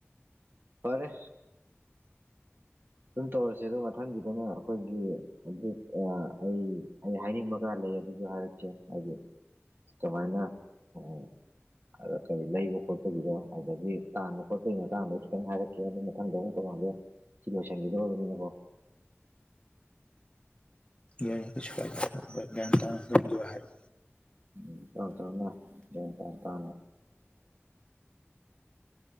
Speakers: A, on the right; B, on the left.
A: ꯐꯔꯦ ꯑꯗꯨꯝ ꯇꯧꯔꯁꯦ ꯑꯗꯨ ꯃꯊꯪꯒꯤꯗꯅ ꯑꯩꯈꯣꯏꯒꯤ ꯑꯗꯨ ꯑꯩ ꯑꯩ ꯍꯥꯏꯅꯤꯡꯕ ꯈꯔ ꯂꯩ ꯑꯗꯨꯁꯨ ꯍꯥꯏꯔꯛ ꯍꯥꯏꯗꯤ ꯑꯗꯨꯃꯥꯏꯅ ꯎ ꯑꯗ ꯀꯔꯤ ꯂꯩꯕ ꯈꯣꯠꯄꯒꯤꯗꯣ ꯑꯗꯒꯤ ꯇꯥꯟꯕ ꯈꯣꯠꯄꯒꯤ ꯃꯇꯥꯡꯗ ꯈꯤꯇꯪ ꯍꯥꯏꯔꯛꯀꯦ ꯑꯗꯨ ꯃꯊꯪꯗ ꯑꯃꯨꯛ ꯇꯧꯔꯛꯑꯒꯦ ꯁꯤ ꯂꯣꯏꯁꯟꯕꯤꯗ ꯑꯣꯏꯕꯅꯤꯅꯀꯣ
B: ꯌꯥꯁꯨ ꯀꯥꯏꯗ ꯇ ꯍꯥꯏꯔꯣ
A: ꯎ ꯇ ꯇ ꯇ ꯇꯈ